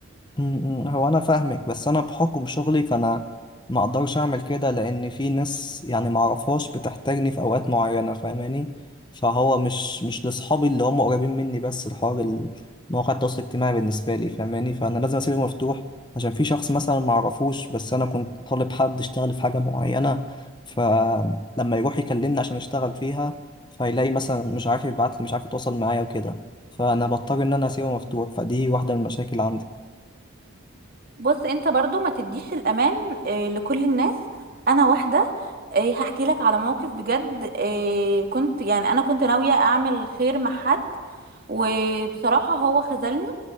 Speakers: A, on the left; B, on the right.
A: م- م. هو انا فاهمك بس انا بحكم شغلي فانا ما اقدرش اعمل كده لان في ناس يعني ما اعرفهاش بتحتاجني في اوقات معينه فاهماني فهو مش مش لاصحابي اللي هم قريبين مني بس الحوار ال- مواقع التواصل الاجتماعي بالنسبه لي فاهماني فانا لازم اسيبه مفتوح عشان في شخص مثلا ما اعرفوش بس انا كنت طالب حد يشتغل في حاجه معينه فلما يروح يكلمني عشان يشتغل فيها فيلاقي مثلا مش عارف يبعت لي مش عارف يتواصل معايا وكده فانا بضطر ان انا اسيبه مفتوح فدي واحده من المشاكل عندي
B: بص انت برضو ما تديش الامان آه، لكل الناس انا واحده آه، هحكي لك على موقف بجد آه، كنت يعني انا كنت ناويه اعمل خير مع حد وبصراحه هو خذلني